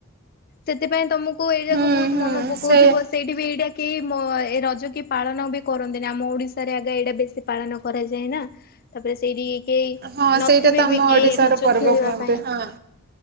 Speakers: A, on the left (about 45°); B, on the right (about 45°).
A: ସେଥିପାଇଁ ତମକୁ ଏଇ ଯାକ
B: ହୁଁ
A: ବହୁତ୍
B: ହୁଁ
A: ମନ ପକଉଥିବ।
B: ସେଇ
A: ସେଇଠି ବି ଏଇଟା କେଇ ମୋ ଏ ରଜ କି ପାଳନ ବି କରନ୍ତିନି ଆମ ଓଡିଶାରେ ଆଗେ ଏଇଟା ବେଶୀ ପାଳନ କରାଯାଏ ନା, ତାପରେ ସେଇଠି କେହି
B: ହଁ
A: ନଥିବେ
B: ସେଇଟା ତ ଆମ
A: ବି। କି
B: ଓଡିଶାର
A: ଏ ରଜ
B: ପର୍ବ
A: ଖେଳିବା
B: କୁହନ୍ତି
A: ପାଇଁ।
B: ହଁ।